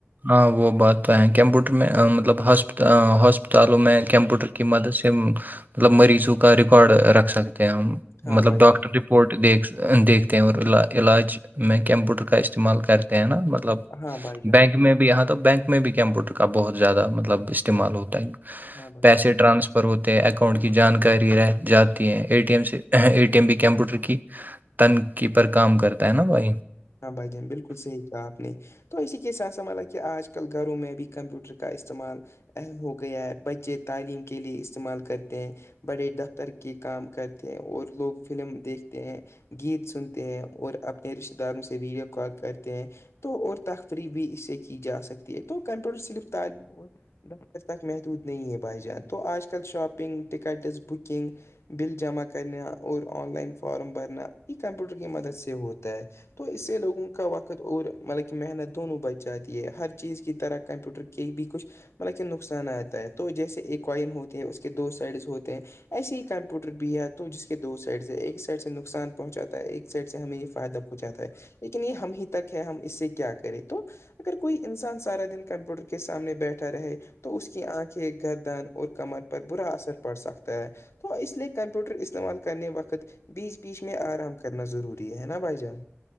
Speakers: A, on the right; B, on the left.
A: ہاں وہ بات تو ہے کیمپوٹر میں مطلب ہاسپ ہاسپتالوں میں کمپوٹر کی مدد سے مطلب مریضوں کا ریکارڈ رکھ سکتے ہیں ہم
B: ہاں
A: مطلب
B: بھائی
A: ڈاکٹر
B: جان
A: پورٹ دیکھ دیکھتے ہیں اور علاج میں کمپیوٹر کا استعمال کرتے ہیں نا مطلب
B: ہاں بھائی جان
A: بینک میں بھی یہاں تو بینک میں بھی کمپیوٹر کا بہت زیادہ مطلب استعمال ہوتا ہے
B: ہاں بھائی
A: پیسے
B: جان
A: ٹرانسفر ہوتے ہیں اکاؤنٹ کی جانکاری رہ ج ا ٹی ایم سے ا ٹی ایم بھی کمپیوٹر کی تنقی پر کام کرتا ہے نا بھائی
B: ہاں بھائی جان بالکل صحی کہ آپ نے تو اسی کے ساتانھ سنبھالا کہ آج کل گھروں میں بھی کمپیوٹر کا استعمال اہم ہو گیا ہے بچے تعلیم کے لیے استعمال کرتے ہیں بڑے دفتر کے کام کرتے ہیں اور لوگ فلم دیکھتے ہیں گیت سنتے ہیں اور اپنے رشتتے داروں سے ویڈیو کال کرتے ہیں تو اور تقریح بھی اس سے کی جا سکتی ہے تو کمپیوٹر صرف تعلیم اور دج تک محدود نہیں ہے بھائی جان تو آج کل شاپنگ کٹس بکنگ بل جمع کرنا اور آن لائن فارم بھرنا یہ کمپیوٹر کی مدد سے ہوتا ہے تو اس سے لوگوں کا وقت اور مطلب کہ محنت دونوں بچ جاتی ہے ہر چیز کی طرح کمپیوٹر کہ بھی کچھ مطلب کہ نقصان آتا ہے تو جیسے ایک کوئن ہوتے ہیں اس کے دو سائڈز ہوتے ہیں ایسے ہی کمپیوٹر بھی ہے تو جس کے دو سائڈ سے ایک سائڈ سے نقصان پہنچاتا ہے ایک سائڈ سے ہمیں یہ فائدہہ چاتا ہے لیکن یہ ہم ہی تک ہے ہم اس سے کیا کریں تو اگر کوئی انسان سارا دن کمپیوٹر کے سامنے بیٹھا رہے تو اس کی آنکھیں گردن اور کمر پر برا اثر پڑ سکتا ہے تو اس لیے کمپیوٹر استعمال کرنے وقت بیچ بیچ میں آرام کرنا ضروری ہے نا بھائی جان